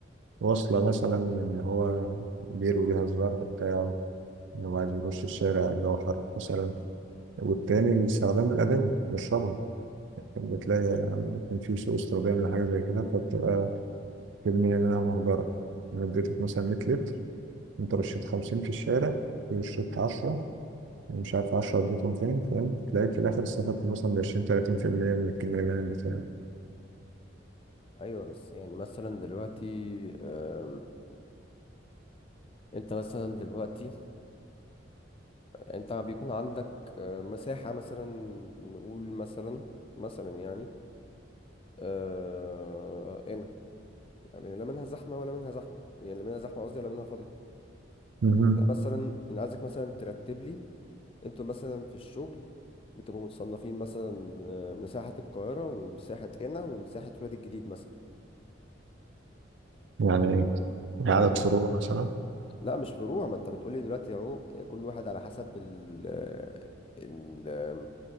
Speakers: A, on the right; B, on the left.
A: وصلة مثلا اللي هو بيروي بيها الزرع بتاعه اللي هو عايز يرش الشارع الجو حر مثلا والتاني الاستخدام الأدمي يشربها بتلاقي ممكن في سوء استخدام لحاجة زي كده فبتبقى كمية منها مهدرة أنا اديتك مثلا 100 لتر أنت رشيت 50 في الشارع وشربت 10 ومش عارف 10 اديتهم فين فاهم تلاقيك في الآخر استفدت مثلا ب 20 30% من الكمية اللي أنا اديتها
B: ايوه بس يعني مثلا دلوقتي آم، انت مثلا دلوقتي انت بيكون عندك آه، مساحة مثلا نقول مثلا مثلا يعني آه، هنا يعني لا منها زحمة ولا منها زحمة يعني لا منها زحمة قصدي ولا منها فاضية
A: مهم.
B: ده مثلا انا عايزك مثلا ترتب لي انتوا مثلا في الشغل بتبقوا متصنفين مثلا آه، مساحة القاهرة ومساحة هنا ومساحة ولاد الجديد مثلا
A: يعني ايه
B: يعني
A: عدد فروع مثلا
B: لا مش فروع ما انت بتقولي دلوقتي اهو آه، كل واحد على حسب ال آه، ال آه،